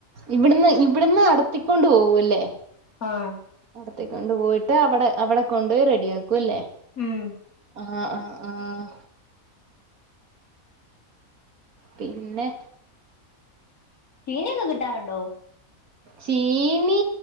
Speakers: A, on the right; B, on the left.
A: ഇവിടുന്ന് ഇവിടുന്ന് നടത്തിക്കൊണ്ട് പോക അല്ലേ
B: ആഹ്
A: അവിടത്തേക്ക കൊണ്ട്പോയിട്ട് അവിടെ അവിടെ കൊണ്ടുപോയി റെഡിയാക്കും അല്ലേ
B: ഉം
A: ആഹ് ആ ആഹ് പിന്നെ
B: ചീനിയൊക്കെ കിട്ടാറുണ്ടോ
A: ചീനി